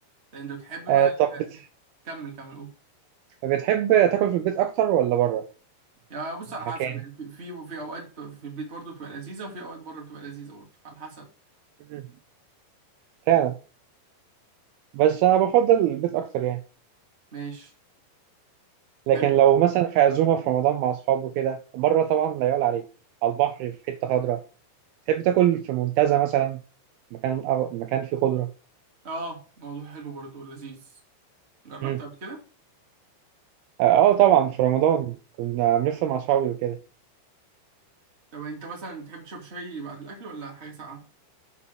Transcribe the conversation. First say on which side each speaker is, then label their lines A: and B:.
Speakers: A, on the right (about 20°); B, on the right (about 85°).
A: ده انت بتحب بقى
B: آه طب بت...
A: ال- كمل كمل قول
B: بتحب تاكل في البيت أكتر ولا بره
A: يا بص على حسب
B: مكان
A: يعني في في في اوقات في البيت برضه بتبقى لذيذه وفي اوقات بره بتبقى لذيذه برضه على حسب
B: مم. فعلا بس أنا بفضل البيت أكتر يعني
A: ماشي
B: لكن
A: حلو
B: لو مثلا في عزومة في رمضان مع أصحابه كده بره طبعا لا يعلى عليه على البحر في حتة خضراء تحب تاكل في منتزه مثلا مكان مكان فيه خضرة
A: اه موضوع حلو برضه ولذيذ جربت
B: مم.
A: قبل كده
B: اه آه، طبعا في رمضان كنا بنفطر مع اصحابي وكده
A: طب انت مثلا بتحب تشرب شاي بعد الاكل ولا حاجه ساقعه